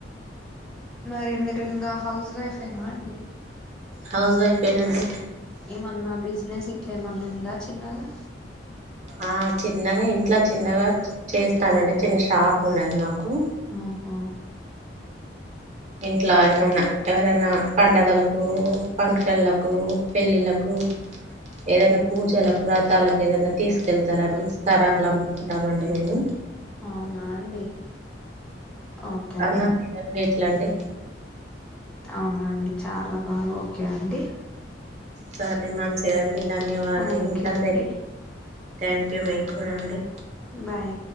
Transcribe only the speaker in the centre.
మరి మీరు ఇంకా హౌస్ వైఫేనా అండి
ఏమన్నా బిజినెస్ ఇట్లా ఏమన్నా ఉందా చిన్నగా
ఆహా
అవునా అండి ఓకే
అవునాండి చాలా బాగా ఓకే అండి
థ్యాంక్
యూ
అండి
బాయ్